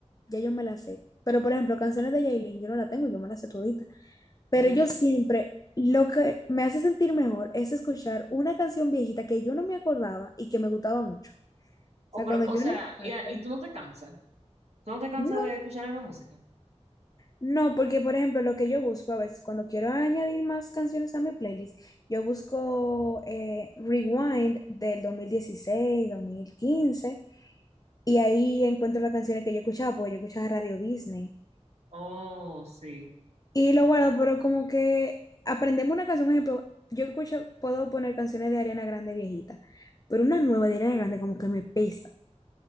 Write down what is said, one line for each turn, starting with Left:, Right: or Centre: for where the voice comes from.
Left: ya yo me las sé. Pero, por ejemplo, canciones de Yailin, yo no la tengo, yo me las sé todita. Pero
Right: Mm,
Left: yo siempre, lo que me hace sentir mejor es escuchar una canción viejita que yo no me acordaba y que me gustaba mucho. O sea,
Right: O, pero,
Left: cuando yo
Right: o sea,
Left: la
Right: y,
Left: escucho,
Right: a- y tú no te cansas. ¿Tú no te cansas
Left: no,
Right: de escuchar la misma música?
Left: No, porque por ejemplo, lo que yo busco a veces cuando quiero añadir más canciones a mi playlist, yo busco eh, Rewind del 2016, 2015, y ahí encuentro las canciones que yo escuchaba, porque yo escuchaba Radio Disney.
Right: Oh, sí.
Left: Y lo guardo, pero como que aprendemos una canción, ejemplo, yo escucho, puedo poner canciones de Ariana Grande viejita, pero una nueva de Ariana Grande como que me pesa.